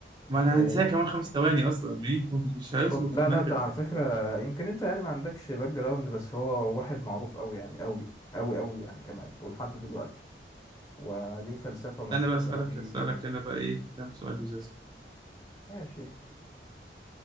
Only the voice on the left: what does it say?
إيه،
كون- لا
لا ده
على فكرة يمكن أنت يعني ما عندكش باك جراوند بس هو واحد معروف أوي يعني أوي أوي أوي يعني كمان ولحد دلوقتي وليه فلسفة مشهورة
أوي
ماشي